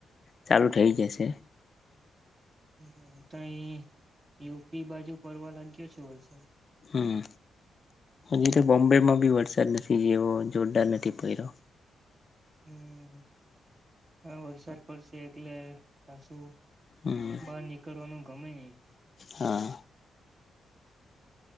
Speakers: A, on the left (about 50°); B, on the right (about 45°).
A: ચાલુ થઇ જશે.
B: હમ્મ, તઈ યુપી બાજુ પડવા લાગ્યો છે વરસાદ.
A: હમ્મ, હજી તો બોમ્બે માં બી વરસાદ નથી જેવો જોરદાર નથી પડ્યો.
B: હમ્મ, હવ વરસાદ પડશે એટલે પાસું
A: હમ
B: બહાર નીકળવાનું ગમે નહી.
A: હા